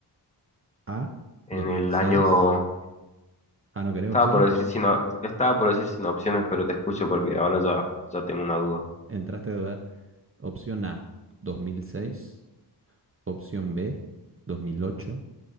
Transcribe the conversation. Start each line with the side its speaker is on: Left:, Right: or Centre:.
Right: A,
Left: En
Right: 2006.
Left: el año...
Right: Ah, ¿no querés
Left: Estaba
Right: opciones?
Left: por decir sin, o- estaba por decir sin opciones, pero te escucho porque ahora ya, ya tengo una duda.
Right: Entraste a dudar. Opción A, 2006. Opción B, 2008.